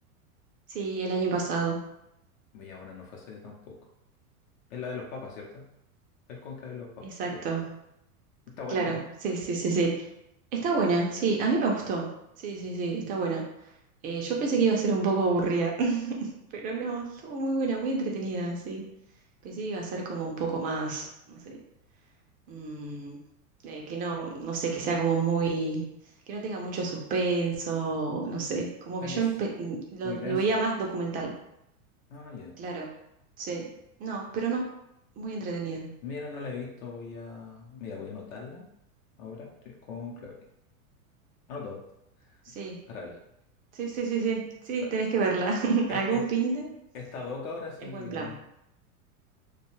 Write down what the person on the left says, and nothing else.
Ya, bueno, no fue hace tampoco. Es la de los papas, ¿cierto? El conclave de los papas,
sí. ¿Está buena
o no?
Aquí
es
muy
densa.
Ah, ya.
Mira, no la he visto, voy a... Mira, voy a anotarla. Ahora, sí, conclave. Anotado.
Para él.
Está,
es-
es-
está doca ahora, así
que...